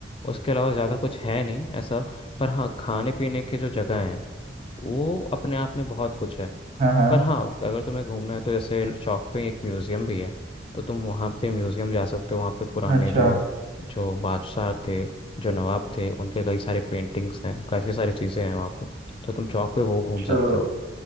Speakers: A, on the left; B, on the right.
A: उसके अलावा ज़्यादा कुछ है नहीं ऐसा पर हाँ खाने पीने के जो जगह हैं वो अपने आप में बहुत कुछ है
B: हाँ हाँ
A: पर हाँ अगर तुम्हें घूमना है तो जैसे चौक पे एक म्यूजियम भी है तो तुम वहाँ पे म्यूजियम जा सकते हो वहाँ पे पुराने
B: अच्छा
A: जो जो बादशाह थे जो नवाब थे उनके कई सारे पेंटिंग्स हैं काफ़ी सारी चीज़ें हैं वहाँ पे तो तुम चौक पे वो घूम
B: चलो
A: सकते हो